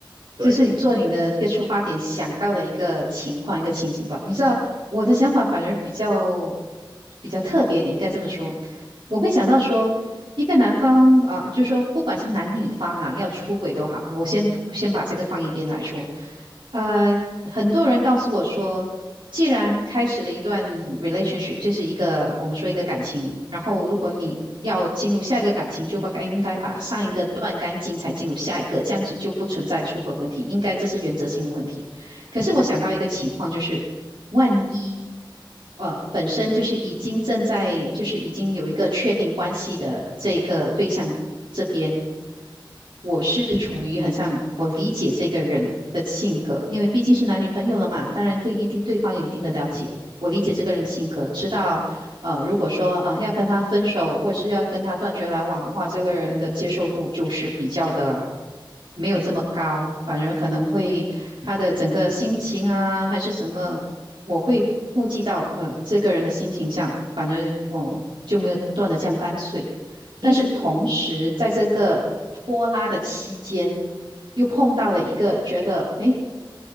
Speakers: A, on the right (about 50°); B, on the right (about 70°).
A: 对，
B: 就是你做你的一个出发点想到的一个情况、一个情景吧。你知道我的想法反而比较比较特别一点，应该这么说。我会想到说，一个男方啊，就是说不管是男女方啊，要出轨都好，我先不先把这个放一边来说。呃，很多人告诉我说，既然开始了一段 relationship，就是一个我们说一个感情，然后如果你要进入下一个感情，就把应该把上一个断干净才进入下一个，这样子就不存在出轨问题，应该这是原则性的问题。可是我想到一个情况，就是万一呃本身就是已经正在就是已经有一个确定关系的这个对象这边，我是处于很像我理解这个人的性格，因为毕竟是男女朋友了嘛，当然对一定对方有一定的了解，我理解这个人的性格，知道呃如果说啊、呃要跟他分手或者是要跟他断绝来往的话，这个人的接受度就是比较的。没有这么高，反而可能会他的整个心情啊，还是什么我会顾及到呃这个人的心情这样，反正我就没有断的这样干脆。
A: 其实
B: 但是同时，在这个拖拉的期间，又碰到了一个觉得诶